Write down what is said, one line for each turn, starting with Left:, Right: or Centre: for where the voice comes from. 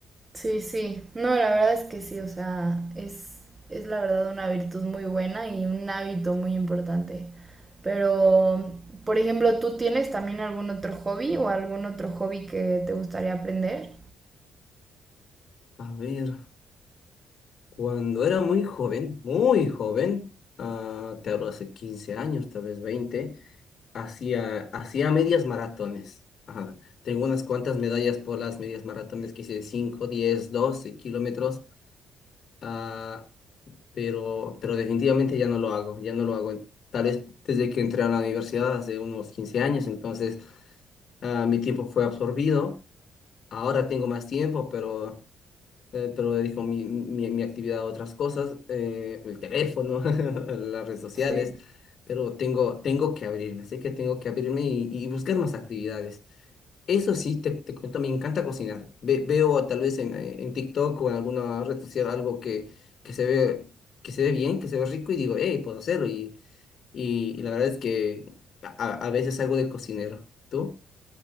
Right: Sí, sí. No, la verdad es que sí, o sea, es, es la verdad una virtud muy buena y un hábito muy importante. Pero, por ejemplo, ¿tú tienes también algún otro hobby o algún otro hobby que te gustaría aprender?
Left: A ver. Cuando era muy joven, muy joven, ah, te hablo hace 15 años, tal vez 20, hacía, hacía medias maratones. Ajá. Tengo unas cuantas medallas por las medias maratones que hice de 5, 10, 12 kilómetros, ah, pero, pero definitivamente ya no lo hago, ya no lo hago. Tal vez desde que entré a la universidad hace unos 15 años, entonces ah, mi tiempo fue absorbido. Ahora tengo más tiempo, pero eh, pero dedico mi, mi, mi actividad a otras cosas, eh, el teléfono, <laughs> las redes sociales,
Right: Sí.
Left: pero tengo, tengo que abrirme, así que tengo que abrirme y, y buscar más actividades. Eso sí, te, te cuento, me encanta cocinar. Ve- veo tal vez en, eh, en TikTok o en alguna red social algo que, que se ve, que se ve bien, que se ve rico y digo, hey, puedo hacerlo. Y, y, y la verdad es que a, a a veces algo de cocinero. ¿Tú?